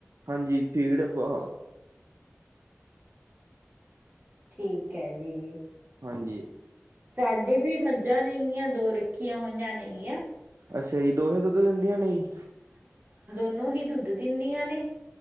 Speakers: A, on the right; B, on the right.
A: ਹਾਂਜੀ! ਭੀੜ, ਬਹੁ
B: ਠੀਕ ਹੈ, ਜੀ।
A: ਹਾਂਜੀ।
B: ਸਾਡੀੇ ਵੀ, ਮੱਝਾਂ ਨਹੀਂਆਂ, ਦੋ ਰੱਖੀਆਂ ਹੋਈਆਂ ਨੲਈਆਂ
A: ਅੱਛਾ ਜੀ। ਦੋਹੇ, ਦੁੱਧ ਦਿੰਦੀਆਂ ਨਹੀਂ?
B: ਨੂੰ, ਹੀ ਦੁੱਧ ਦਿੰਦੀਆਂ ਨੇ।